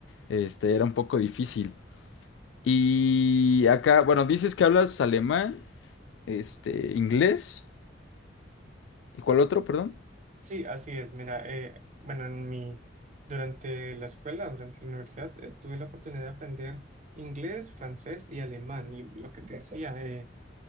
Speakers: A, on the left (about 75°); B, on the right (about 40°).
A: este, era un poco difícil. Y acá, bueno, dices que hablas alemán, este, inglés, ¿y cuál otro, perdón?
B: Sí, así es. Mira, eh, bueno, en mi, durante la escuela, durante la universidad, eh, tuve la oportunidad de aprender inglés, francés y alemán. Y lo que te decía, eh,